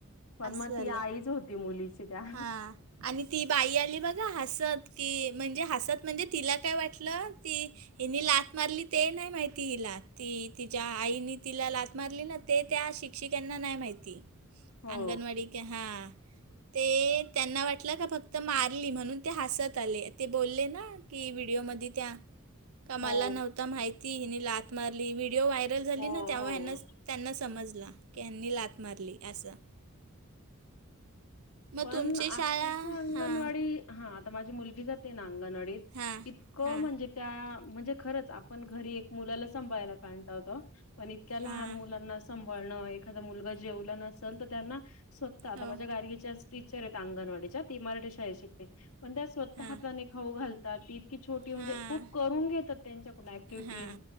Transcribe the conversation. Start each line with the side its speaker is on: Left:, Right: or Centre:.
Left: पण
Right: असं
Left: मग
Right: झालं
Left: ती आईच हो ती मुलींची त्या
Right: हां आणि ती बाई आली बघा हसत की म्हणजे हसत म्हणजे तिला काय वाटलं ती हिनी लात मारली ते नाही माहिती हिला ती तिच्या आईनी तिला लात मारली ना ते त्या शिक्षिकांना नाही माहिती
Left: हो
Right: अंगणवाडी ते हा. ते त्याना वाटलं का फक्त मारली म्हणून ते हसत आले ते बोलले ना की व्हिडिओमध्ये त्या कामाला
Left: हो
Right: नव्हता माहिती हिनी लात मारली व्हिडिओ व्हायरल झाली
Left: हो
Right: ना तेव्हा
Left: हो
Right: हेना त्यांना समजला की हेनी लात मारली असं. मग
Left: पण
Right: तुमची
Left: आत्ताच्या
Right: शाळा
Left: अंगणवाडी
Right: हां
Left: हा आता माझी मुलगी जाते ना अंगणवाडीत
Right: हां
Left: इतकं
Right: हां
Left: म्हणजे त्या म्हणजे खरंच आपण घरी एक मुलाला संभायला कारण टाळतो पण इतक्या लहान
Right: हां
Left: मुलांना सभाळणं एखाद मुलगा जेवला नसल त्यांना स्वत आता
Right: हो
Left: माझ्या गार्गीच्याच टीचर आहेत अंगणवाडीच्या ती मराठी शाळेत शिकते पण त्या स्वतः
Right: हां
Left: हाताने खाऊ घाल ती इतकी छोटी म्हणजे
Right: हां
Left: खूप करून घेतात त्यांच्या कडून ऍक्टिव्हिटीज
Right: हां